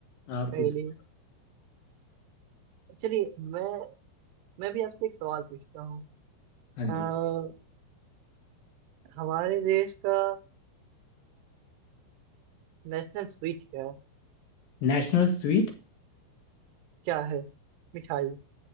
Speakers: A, on the left; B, on the right.
A: आप
B: पहेली
A: कुछ-
B: चलिए मैं मैं भी आपसे एक सवाल पूछता हूँ
A: हाँ जी
B: हमारे देश का नेशनल स्वीट क्या
A: National sweet
B: क्या है मिठाई